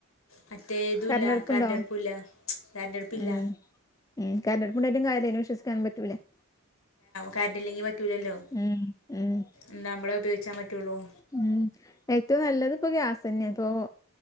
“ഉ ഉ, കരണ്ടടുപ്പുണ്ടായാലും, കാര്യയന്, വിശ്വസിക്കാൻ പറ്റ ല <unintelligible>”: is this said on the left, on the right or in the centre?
Left